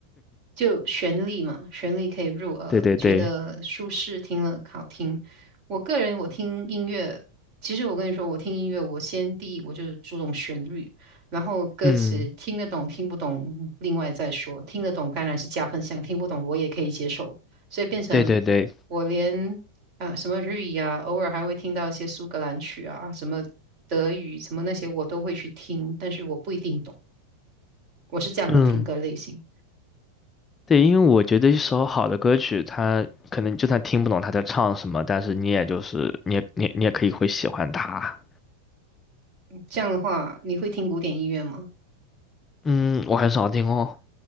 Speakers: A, on the right; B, on the left.
A: 就旋律嘛，旋律可以入耳，
B: 对对对，
A: 觉得舒适，听了好听。我个人我听音乐，其实我跟你说，我听音乐，我先第一我就注重旋律，然后歌词听得懂听不懂，
B: 嗯。
A: 另外再说。听得懂当然是加分项，听不懂我也可以接受，所以变成
B: 对对对，
A: 我连啊什么日语啊，偶尔还会听到一些苏格兰曲啊，什么德语什么那些我都会去听，但是我不一定懂，我是这样的听歌类型。
B: 嗯，对，因为我觉得一首好的歌曲，它可能就算听不懂他在唱什么，但是你也就是你也你也你也可以会喜欢它。
A: 这样的话，你会听古典音乐吗？
B: 嗯，我很少听哦。